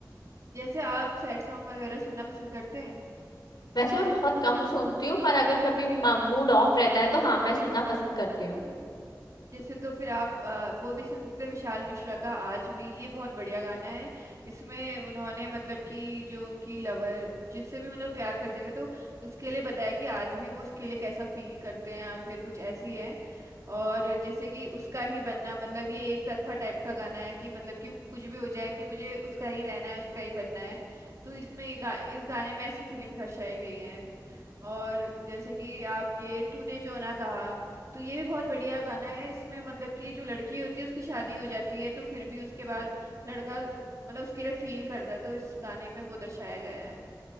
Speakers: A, on the right; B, on the left.
A: जैसे आप सैड सॉन्ग वगैरह सुनना पसंद करते हैं
B: वैसे मैं बहुत कम सुनती हूँ पर अगर कभी मूड ऑफ रहता है तो हाँ मैं सुनना पसंद करती हूँ
A: जैसे तो फिर आप आ, वो भी सुन सकते हैं विशाल मिश्रा का आज भी ये बहुत बढ़िया गाना है इसमें उन्होंने मतलब कि जो उनकी लवर जिससे भी मतलब प्यार करते थे तो उसके लिए बताया कि आज भी वो उसके लिए कैसा फील करते हैं या फिर कुछ ऐसी है और जैसे कि उसका ही बनना मतलब ये एक तरफा टाइप का गाना है कि मतलब कि कुछ भी हो जाए कि मुझे उसका ही रहना है उसका ही बनना है तो इसमें ये गा, इस गाने में ऐसी फीलिंग दर्शाई गई है और जैसे कि आप ये तूने जो ना कहा तो ये भी बहुत बढ़िया गाना है इसमें मतलब कि जो लड़की होती है उसकी शादी हो जाती है तो फिर भी उसके बाद लड़का मतलब उसके लिए फील करता है तो इस गाने में वो दर्शाया गया है